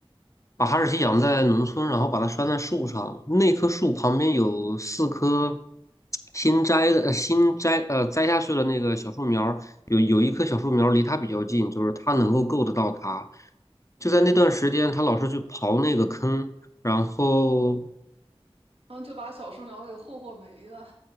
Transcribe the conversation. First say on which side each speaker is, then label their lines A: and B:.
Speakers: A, on the left (about 30°); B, on the right (about 70°).
A: 把哈士奇养在农村，然后把它拴在树上，那棵树旁边有四棵新摘的、呃新摘呃摘下去的那个小树苗儿，有有一棵小树苗儿离它比较近，就是它能够够得到它。就在那段时间，它老是去刨那个坑，然后。
B: 然后就把小树苗给霍霍没了。